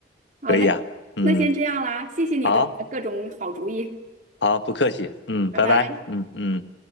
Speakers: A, on the right; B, on the left.
A: 好嘞，
B: 可以啊。嗯，
A: 那先这样啦，谢谢你的各种好主意，
B: 好，好，不客气。嗯，
A: 拜拜。
B: 拜拜。嗯嗯。